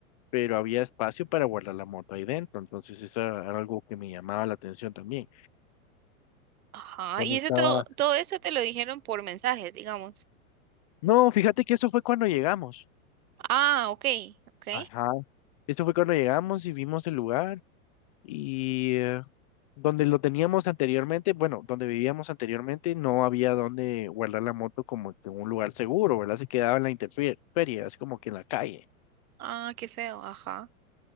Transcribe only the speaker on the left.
pero había espacio para guardar la moto ahí dentro, entonces eso era algo que me llamaba la atención también.
¿Dónde
estaba?
No, fíjate que eso fue cuando llegamos.
Ajá. Eso fue cuando llegamos y vimos el lugar y eh, donde lo teníamos anteriormente, bueno, donde vivíamos anteriormente, no había donde guardar la moto como que en un lugar seguro, ¿verdad? Se quedaba en la intemperie, así como que en la calle.